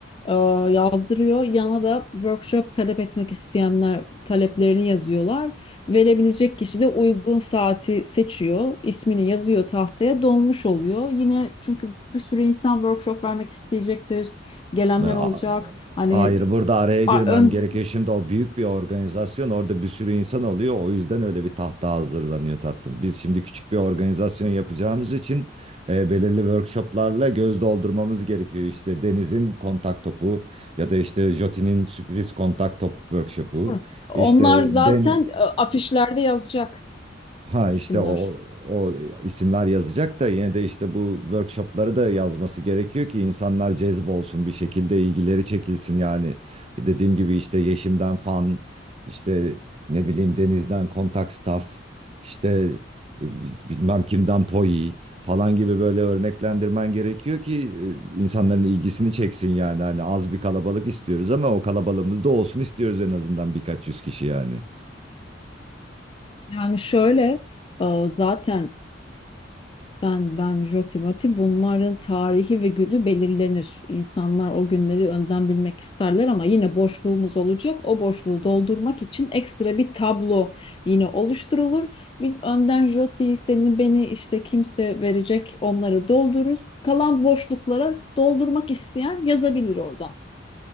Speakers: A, on the left (about 25°); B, on the right (about 30°).
A: e, yazdırıyor. Yana da workshop talep etmek isteyenler taleplerini yazıyorlar. Verebilecek kişi de uygun saati seçiyor. ismini yazıyor tahtaya, dolmuş oluyor. Yine çünkü bir sürü insan workshop vermek isteyecektir. Gelenler
B: E, a-
A: olacak. Hani
B: Hayır, burada araya
A: a-
B: girmem
A: ön,
B: gerekiyor. Şimdi o büyük bir organizasyon, orada bir sürü insan oluyor. O yüzden öyle bir tahta hazırlanıyor tatlım. Biz şimdi küçük bir organizasyon yapacağımız için e, belirli workshoplarla göz doldurmamız gerekiyor. İşte Deniz'in kontak topu ya da işte Jotin'in sürpriz kontak top workshopu.
A: Hı. Onlar
B: İşte
A: zaten
B: Den
A: e, afişlerde yazacak
B: Ha
A: isimler.
B: işte o, o isimler yazacak da yine de işte bu workshopları da yazması gerekiyor ki insanlar cezbolsun bir şekilde ilgileri çekilsin yani. Dediğim gibi işte Yeşim'den fan, işte ne bileyim Deniz'den kontak staff, işte e, bilmem kimden poi falan gibi böyle örneklendirmen gerekiyor ki e, insanların ilgisini çeksin yani. Hani az bir kalabalık istiyoruz ama o kalabalığımız da olsun istiyoruz en azından birkaç yüz kişi yani.
A: Yani şöyle e, zaten sen, ben, Joti, Moti bunların tarihi ve günü belirlenir. İnsanlar o günleri önden bilmek isterler ama yine boşluğumuz olacak. O boşluğu doldurmak için ekstra bir tablo yine oluşturulur. Biz önden Joti'yi, seni, beni işte kimse verecek onları doldururuz. Kalan boşluklara doldurmak isteyen yazabilir oradan.